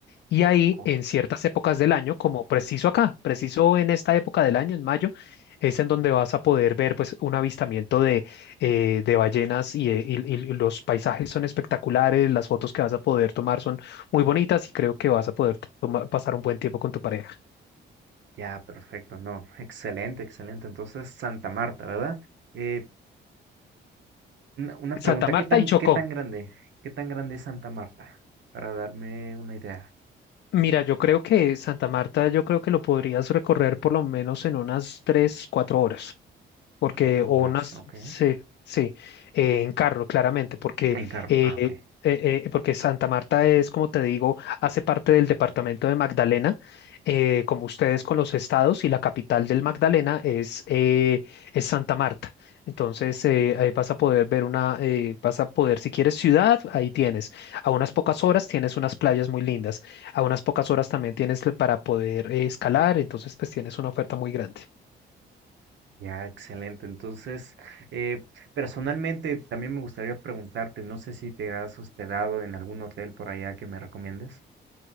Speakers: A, on the left; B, on the right.
A: Y ahí,
B: ok.
A: en ciertas épocas del año, como preciso acá, preciso en esta época del año, en mayo, es en donde vas a poder ver pues un avistamiento de, eh, de ballenas y, eh, y- y los paisajes son espectaculares, las fotos que vas a poder tomar son muy bonitas y creo que vas a poder toma- pasar un buen tiempo con tu pareja.
B: Ya, perfecto, no. Excelente, excelente. Entonces, Santa Marta, ¿verdad? Eh, una, una
A: Santa
B: pregunta,
A: Marta
B: ¿qué tan,
A: y Chocó.
B: qué tan grande? ¿Qué tan grande es Santa Marta? Para darme una idea.
A: Mira, yo creo que Santa Marta, yo creo que lo podrías recorrer por lo menos en unas tres, cuatro horas. porque,
B: Cuatro
A: o
B: horas,
A: unas,
B: ok.
A: sí, sí, eh, en carro, claramente, porque,
B: En carro,
A: eh,
B: ah,
A: eh,
B: ok.
A: eh, porque Santa Marta es, como te digo, hace parte del departamento de Magdalena, eh, como ustedes con los estados, y la capital del Magdalena es, eh, es Santa Marta. Entonces, eh, ahí vas a poder ver una, eh, vas a poder, si quieres ciudad, ahí tienes. A unas pocas horas tienes unas playas muy lindas. A unas pocas horas también tienes para poder eh, escalar, entonces pues tienes una oferta muy grande.
B: Ya, excelente. Entonces, eh, personalmente también me gustaría preguntarte, no sé si te has hospedado en algún hotel por allá que me recomiendes.